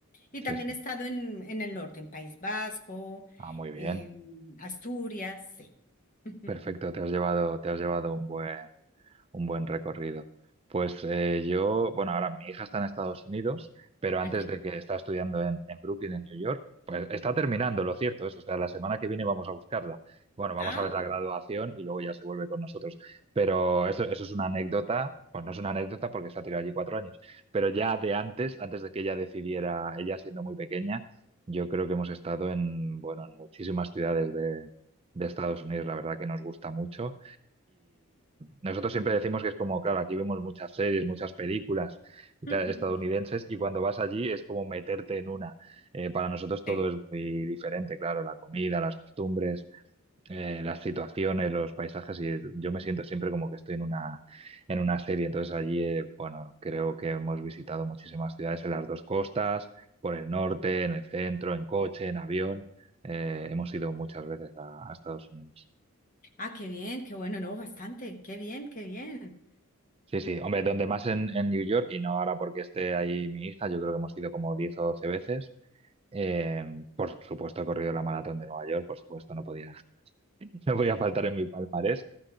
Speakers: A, on the left; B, on the right.
A: Y también
B: Sí, sí.
A: he estado en, en el norte, en País Vasco,
B: Ah, muy bien.
A: en Asturias, sí. <laughs>
B: Perfecto, te has llevado, te has llevado un buen. un buen recorrido. Pues eh, yo, bueno, ahora mi hija está en Estados Unidos, pero antes
A: Ah, qué bien.
B: de que está estudiando en, en Brooklyn, en New York, pues está terminando, lo cierto es, o sea, la semana que viene vamos a buscarla. Bueno, vamos
A: Ah,
B: a ver la graduación y luego ya se vuelve con nosotros. Pero eso, eso es una anécdota, pues no es una anécdota porque se ha tirado allí cuatro años, pero ya de antes, antes de que ella decidiera, ella siendo muy pequeña, yo creo que hemos estado en, bueno, en muchísimas ciudades de, de Estados Unidos, la verdad que nos gusta mucho. Nosotros siempre decimos que es como, claro, aquí vemos muchas series, muchas películas y
A: <laughs>
B: tal, estadounidenses y cuando vas allí es como meterte en una. Eh, para nosotros todo
A: sí.
B: es muy diferente, claro, la comida, las costumbres, eh, las situaciones, los paisajes y yo me siento siempre como que estoy en una, en una serie. Entonces allí, eh, bueno, creo que hemos visitado muchísimas ciudades en las dos costas, por el norte, en el centro, en coche, en avión. Eh, hemos ido muchas veces a a Estados Unidos.
A: Ah, qué bien, qué bueno, no, bastante, qué bien, qué bien.
B: Sí, sí, hombre, donde más en, en New York, y no ahora porque esté ahí mi hija, yo creo que hemos ido como 10 o 12 veces. Eh, por supuesto, he corrido la maratón de Nueva York, por supuesto, no podía, <laughs> no podía faltar en mi palmarés.